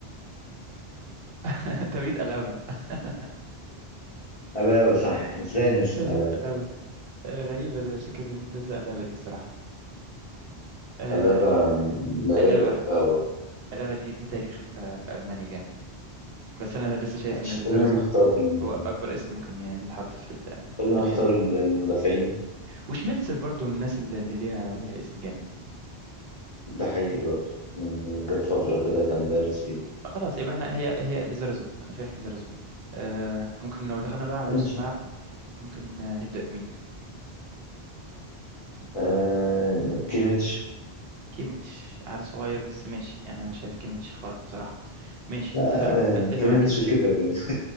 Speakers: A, on the right; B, on the left.
A: <laughs> دافيد ألابا <laughs>
B: ألا صح ازاي نسينا
A: دافيد ألابا آه، غريبة ده فكرة إن ده زي ألابا دي بصراحة آه،
B: اللعبة من اللعيبة
A: ألابا
B: اللي بحبها برضه
A: ألابا دي دي تاريخ في, في ألمانيا جامد بس أنا لسه شايف إن
B: عشان
A: ليزارزو
B: خلينا نختار ال-
A: هو أكبر اسم ممكن ي- يتحط في ال-
B: خلينا
A: في
B: نختار
A: الحتة دي
B: ال- المدافعين
A: وشميلتسر برضو من الناس اللي اللي ليها ليها اسم جامد
B: ده حقيقي برضه يعني جت فترة كده كان دارس فيها
A: آه، خلاص يبقى احنا هي هي ليزارزو أنا شايف ليزارزو آه، ممكن لو دخلنا بقى على
B: ماشي
A: نص الملعب ممكن آه، نبدأ بمين
B: آه كيميتش
A: كيميتش عيل صغير بس ماشي يعني أنا شايف كيميتش خارق بصراحة ماشي
B: لا
A: أتفق أتفق
B: آه كيميتش
A: مع كيميتش
B: كبر يعني